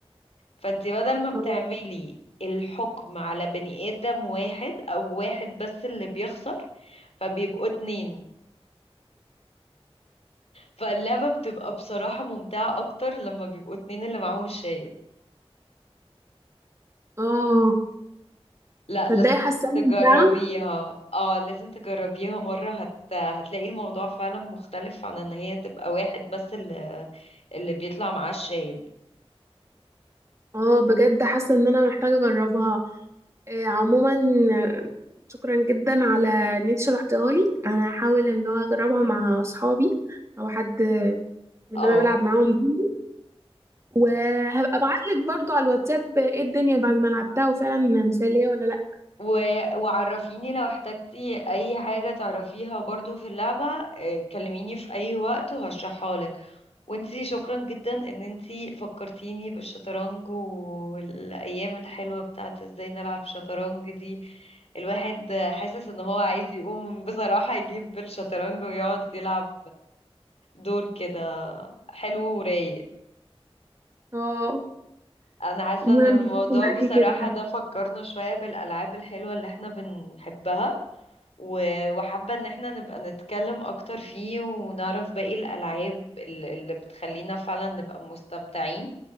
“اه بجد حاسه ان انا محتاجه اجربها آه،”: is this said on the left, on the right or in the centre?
Right